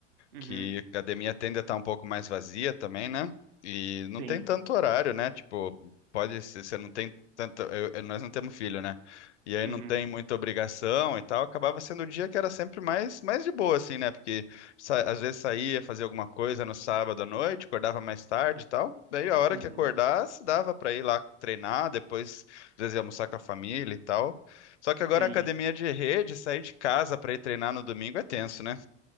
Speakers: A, on the right (about 50°); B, on the left (about 65°).
A: uhum,
B: que a academia tende a estar um pouco mais vazia também, né? E não
A: sim,
B: tem tanto horário, né? Tipo, pode ser, você não tem tanto. eu- eu- nós não temos filho, né? E aí
A: uhum,
B: não tem muita obrigação e tal. Acabava sendo o dia que era sempre mais, mais de boa, assim, né? Porque sa- às vezes saía, fazia alguma coisa no sábado à noite, acordava mais tarde e tal. Daí a hora
A: uhum,
B: que acordasse, dava pra ir lá treinar, depois, às vezes, ia almoçar com a família e tal. Só que agora
A: sim.
B: a Hum. academia de rede, sair de casa pra ir treinar no domingo é tenso, né?